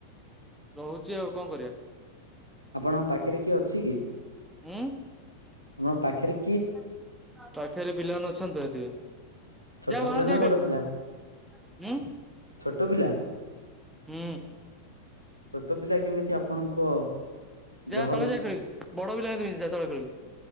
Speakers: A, in the centre; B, on the right.
A: ରହୁଚି ଆଉ କଣ କରିବା?
B: ଆପଣଙ୍କ ପାଖେରେ କିଏ ଅଛି କି? ଆପଣଙ୍କ
A: ଉଁ
B: ପାଖେରେ
A: <unintelligible> ପିଲାମାନେ ଅଛନ୍ତି ହେଟି।
B: ଛୋଟ
A: ଯା ବାହାର
B: ପିଲା ନା
A: ଯା
B: ବଡ
A: ଖେଳିବୁ
B: ପିଲା?
A: ଉଁ
B: ଛୋଟ ପିଲା।
A: ହୁଁ।
B: ଛୋଟ ପିଲା କେମିତି ଆପଣଙ୍କ
A: ଯା
B: ଗ୍ରହ
A: ତଳେ ଯାଇ ଖେଳିବୁ ବଡ ପିଲା ଙ୍କ ସହିତ ମିଶି ଯାହା ତଳେ ଖେଳିବୁ।